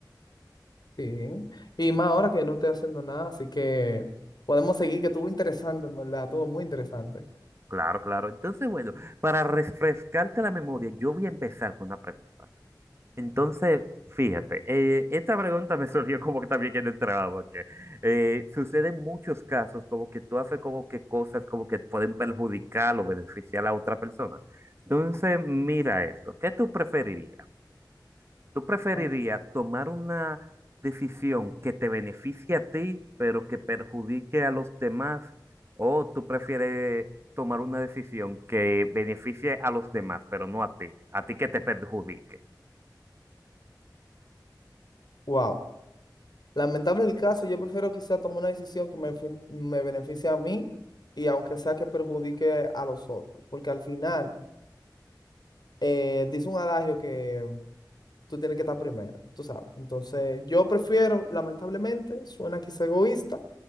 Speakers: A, on the left (about 65°); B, on the right (about 35°).
A: Sí. Y más ahora que no estoy haciendo nada, así que podemos seguir, que estuvo interesante, en verdad, estuvo muy interesante.
B: Claro, claro. Entonces, bueno, para refrescarte la memoria, yo voy a empezar con una pregunta. Entonces, fíjate, eh, esta pregunta me <laughs> surgió como que también en el trabajo, porque eh, suceden muchos casos como que tú haces como que cosas como que pueden perjudicar o beneficiar a otra persona. Entonces, mira esto, ¿qué tú preferirías? ¿Tú preferirías
A: Ajá.
B: tomar una decisión que te beneficie a ti, pero que perjudique a los demás? ¿O tú prefieres tomar una decisión que beneficie a los demás, pero no a ti? ¿A ti que te perjudique?
A: Wow. Lamentable el caso, yo prefiero quizá tomar una decisión que me, fin- me beneficie a mí y aunque sea que perjudique a los otros, porque al final eh, dice un adagio que tú tienes que estar primero, tú sabes. Entonces, yo prefiero, lamentablemente, suena quizá egoísta,